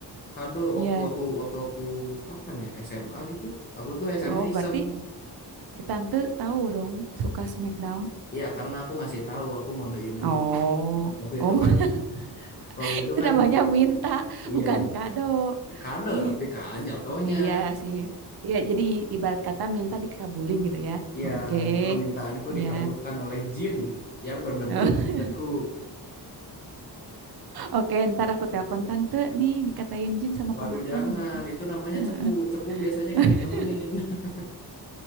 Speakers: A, on the left; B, on the right.
A: kado
B: iya,
A: waktu aku waktu aku kapan ya SMA gitu. Aku tuh SMA
B: oh,
A: iseng.
B: berarti si tante tahu dong suka SmackDown.
A: Iya karena aku ngasih tahu aku ngodein aja.
B: Oh.
A: Waktu
B: Oh
A: itu kan waktu
B: <laughs>
A: itu
B: Itu
A: kan
B: namanya minta,
A: iya
B: bukan kado.
A: kado
B: Iya
A: tapi kan jatuhnya.
B: Iya sih. Iya, jadi i- ibarat kata minta dikabulin gitu ya.
A: Ya,
B: Oh, Oke.
A: permintaanku
B: Iya.
A: dikabulkan oleh jin yang berbentuk
B: <laughs>
A: tanteku.
B: Oke, ntar aku telepon tante nih dikatain
A: <laughs>
B: jin sama
A: Waduh,
B: ponakan
A: jangan.
B: gitu.
A: Itu namanya
B: Heeh.
A: cepu. Cepu biasanya
B: <laughs>
A: nggak ditemenin. <laughs>